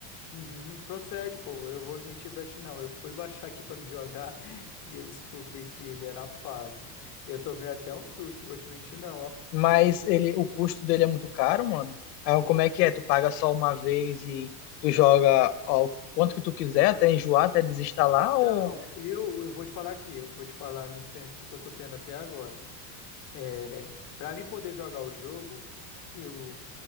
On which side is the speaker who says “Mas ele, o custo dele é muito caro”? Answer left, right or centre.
Left